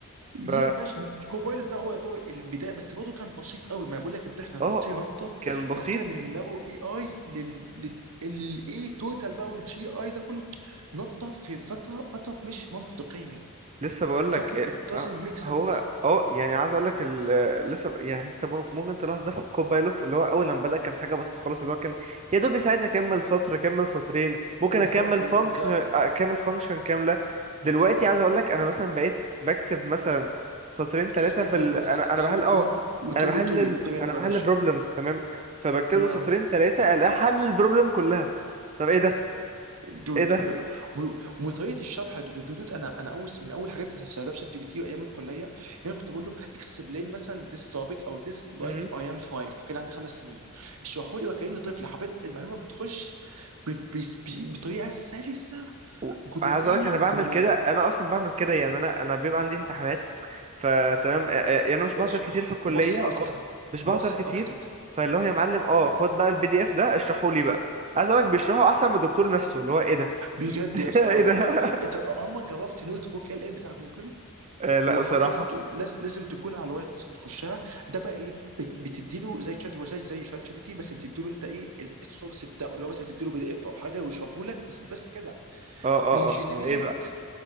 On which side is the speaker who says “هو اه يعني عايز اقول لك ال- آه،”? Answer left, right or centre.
Right